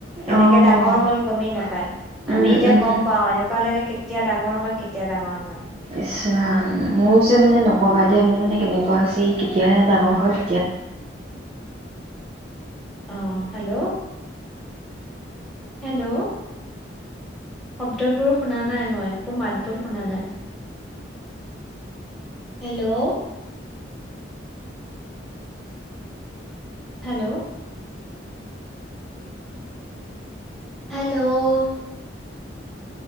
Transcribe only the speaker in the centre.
কেনেকে
ডাঙৰ হ'ল গমেই নাপায়
আমি এতিয়া
গম পাও এনেকুৱা লাগে কেতিয়া ডাঙৰ হয় কেতিয়া ডাঙৰ হয়
অ হেল্ল'। হেল্ল' শব্দবোৰ শুনা নাই মই একো মাতবোৰ শুনা নাই হেল্ল'। হেল্ল' হেল্ল'